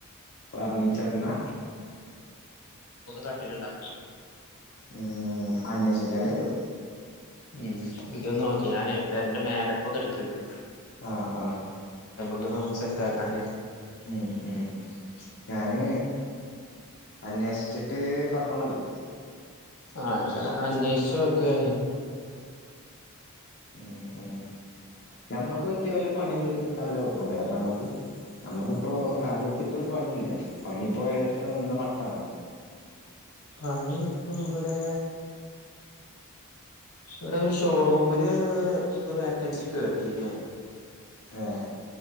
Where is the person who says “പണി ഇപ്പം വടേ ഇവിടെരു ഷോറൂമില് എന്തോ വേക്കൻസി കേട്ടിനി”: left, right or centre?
Left